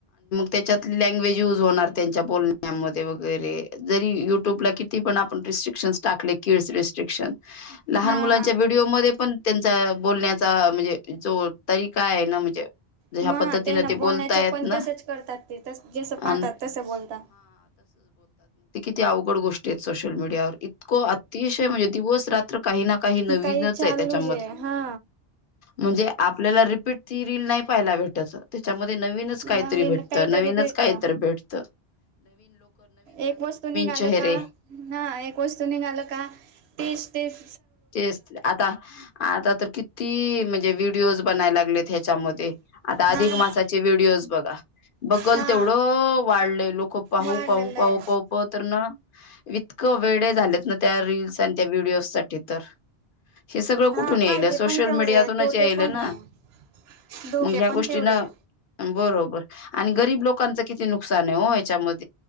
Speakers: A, on the left; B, on the right.
A: त्याच्यात लँग्वेज युज होणार त्यांच्या बण्यामध्ये वगैरे जरी युट्यूबला पण आपण रिस्ट्रिकशन् टाकले क शिक्षण लहान
B: हा
A: मुलांच्या
B: हा
A: व्हिडिओ म पण त्यांचा बोलण्याचा म्हणजे जो तरी का आहे ना म्हणजे ह्या
B: ना
A: पद्धतीनं
B: ते ना
A: बोलतायत
B: बोलण्याच्या पण
A: ना
B: तसच करतात तेस जस
A: अन
B: पाहतात तसं बोलतात
A: क अवघड गोष्टी आहेत सोशल मीडियावर इतको अतिशय म्हज दिवस रात्र काही ना नवीनच
B: काही चाललूजे
A: आहे त्याच्यामध्ये
B: हा
A: म्हणजे आपल्याला रिपीट ती रील नाही पाहायला भेटाय तेच्यामध्ये नवीनच
B: नवीन
A: काहीतरी भेटतं
B: काहीतरी
A: नवीनच
B: भेट
A: कायतर भेटत
B: एक वस्तू निघाल
A: चेहरे
B: का ह एक वस्तू निघाल का टेस् तेस
A: तेच आता आता तर किती म्हणजे व्हिडीओज बनायला लागलेत ह्याच्यामध्ये आता अधिक
B: हा ना
A: मासाचे व्हिडिओज बघा बगल
B: हा
A: तेवढं वाढलंय लोक पाहू
B: वाढलेलं
A: पाहू पाहू
B: आहे.
A: पाहू पतरन इतकं वेडे झालेत ना त्या रील्स आणि त्या व्हिडिओ साठी त्तर हे सगळं
B: हा
A: कुठून यायल
B: फायदे
A: सोशल
B: पण तेवढे
A: मीडियातूनच
B: तोटे
A: यायलना
B: पण आहे धोके
A: मग ह्या गोष्टी
B: पण तेवढे.
A: ना बरोबर आणि गरीब लोकांच किती नुक नुकसान हे ओ हेच्यामध्ये